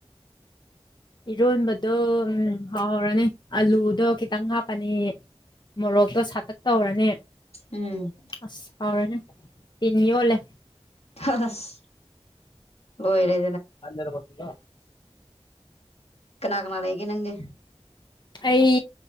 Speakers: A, on the left; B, on the left.
A: ꯏꯔꯣꯟꯕꯗꯣ ꯎꯝ ꯍꯥꯎꯔꯅꯤ ꯑꯂꯨꯗꯣ ꯈꯤꯇꯪ ꯍꯥꯞꯄꯅꯤ ꯃꯣꯔꯣꯛꯇꯣ ꯁꯥꯇꯛ ꯇꯧꯔꯅꯤ
B: ꯎꯝ
A: ꯑꯁ ꯍꯥꯎꯔꯅ ꯇꯤꯟ ꯌꯣꯠꯂꯦ
B: ꯍꯍ ꯍꯁ ꯂꯣꯏꯔꯦ
A: <unintelligible>
B: ꯀꯅꯥ ꯀꯅꯥ ꯂꯩꯒꯦ ꯅꯪꯒꯤ
A: ꯑꯩ